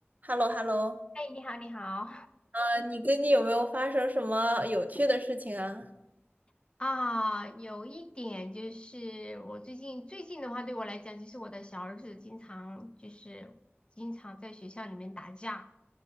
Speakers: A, on the right (about 40°); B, on the left (about 25°).
A: h e l l o h e l l o
B: 哎，你好，你好
A: 啊，你最近有没有发生什么有趣的事情啊？
B: <laughs> 啊，有一点就是我最近最近的话，对我来讲，就是我的小儿子经常就是经常在学校里面打架，